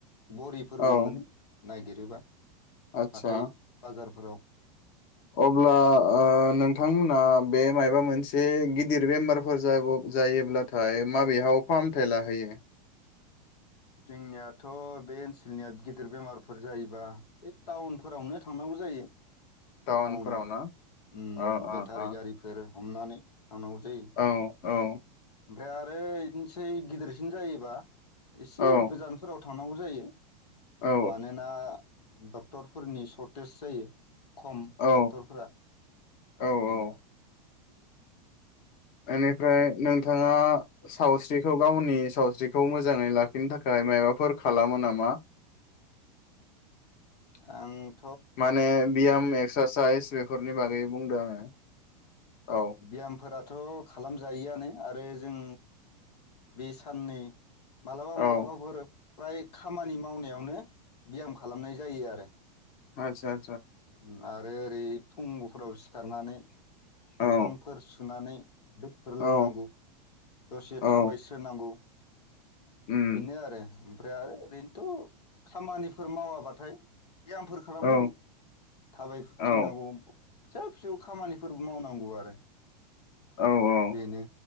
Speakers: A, on the left (about 85°); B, on the left (about 45°).
A: बरि फोरबो
B: औ
A: मोनो नागिरोबा
B: आदसा
A: हाथाय बाजार फोराव
B: अब्ला ओ नोंथांमोना बे मायबा मोनसे गिदिर बेमारफोर जायाबोब जायोब्लाथाय माबेहाव फाम थाय लाहैयो?
A: जोंनियाथ बे ओनसोलनिया गिदिर बेमारफोर जायोबा ए टाउनफोरावनो थांनांगौ जायो।
B: टाउनफोराव
A: टाउनाव
B: ना
A: ओम
B: अ अ
A: बेथारि
B: अ
A: गारिफोर हमनानै थांनांगौ जायो।
B: औ औ
A: ओमफ्राय आरो इदिनसै गिदिरसिन जायोबा एसे
B: औ
A: गोजानफोराव थांनांगौ जायो।
B: औ
A: मानोना डक्टरफोरनि सशर्टेज जायो। खम
B: औ
A: डक्टरफोरा
B: औ
A: बेनो।
B: औ
A: ओम।
B: बेनिफ्राय नों थाङा सावस्रिखौ गावनि सावस्रि खौ मोजाङै लाखिनो थाखाय माबाफोर खालामो नामा? मा।
A: आं
B: माने बियाम एक्सारसाइस बेफोरनि बागै बुंदों आङो। औ
A: बियामफोरा थ' खालामजायोआनो आरो जों बे साननै मालाबा
B: औ
A: मलाबाफोर फ्राय खामानि मावनायावनो। बियाम खालामनाय जायो आरो।
B: आदसा
A: ओम आरो ओरै फुंफोराव सिखारनानै
B: औ
A: मोखांफोर सुनानै दैफोर लोंनांगौ
B: औ
A: दसे
B: औ
A: थाबायस्रोनांगौ। <inaudible>
B: उम
A: बिनो आरो ओरो ओरैनोथ' खामानिफोर मावाबाथाय बेयामफोर खालामनांगौ
B: औ
A: थाबाय
B: औ
A: थिंनांगौ फिसा फिसौ खामानिफोरबो मावनांगौ आरो
B: औ औ
A: बेनो